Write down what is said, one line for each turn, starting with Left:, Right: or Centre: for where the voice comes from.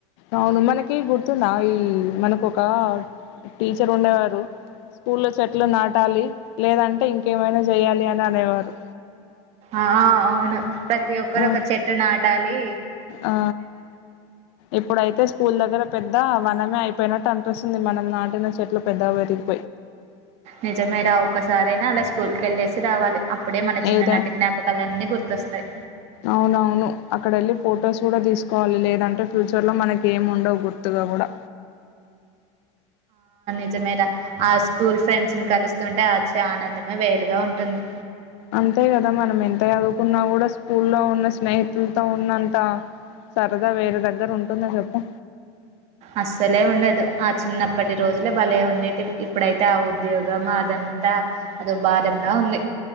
Left: అవును మనకి గుర్తుందా ఈ మనకు ఒకక టీచర్ ఉండేవారు స్కూల్లో చెట్లు నాటాలి లేదంటే ఇంకేమైనా చేయ్యాలి అని అనేవారు
Right: ఆ అవును ప్రతి ఒక్కరు
Left: ఆ
Right: ఒక చెట్టు నా టలీ
Left: ఆ ఇప్పుడయితే స్కూల్ దగ్గర పెద్ద వనమే అయిపోయినట్టు అనిపిస్తుంది మనం నాటిన చెట్లు పెద్దవయి
Right: నిజమే రా ఒక్కసారైనా అలా స్కూ స్కూల్కి వెళ్ళేసి రావాలి అప్పుడే మన చిన్ననాటి
Left: ఏ దే
Right: జ్ఞాపకాలన్నీ గుర్తొస్తాయి
Left: అవునవును అక్కడ వెళ్ళ ఫొటోస్ కూడా తీసుకు కోవాలి లేదంటే ఫ్యూచర్ లో మనకి ఏం ఉండవు గుర్తుగా కూడా
Right: నిజమే రా ఆ స్కూల్ ఫ్రెండ్స్ ని కలుస్తుంటే ఆ చ్చే ఆనందమే వేరుగా ఉంటుంది
Left: అంతే కదా మనం ఎంత చదువుకున్నా కూడా స్కూల్లో ఉన్న స్నేహితులతో ఉన్నంత సరదా వేరే దగ్గర ఉంటుందా చెప్పు
Right: అస్సలే ఉండదు ఆ చిన్నప్పటి రోజులే భలే ఉండేటివి ఇప్పుడైతే ఆ ఉద్యోగం అదంతా అదో భారంలా ఉంది